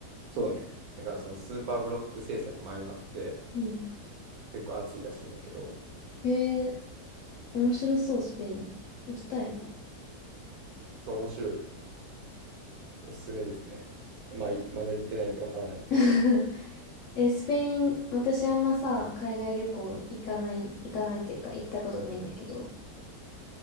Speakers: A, on the right; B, on the left.
A: そうね。だからそのスーパーブロック制作も相まって
B: うん。
A: 結構熱いらしいねんだけど、
B: えー、面白そう、スペイン。行きたいな。
A: そう、面白い。おすすめですね。まあ、いまだ行ってないんでわからないですけど、
B: <laughs> え、スペイン、私あんまさ、海外旅行行かない、行かないっていうか行ったことないんだけど、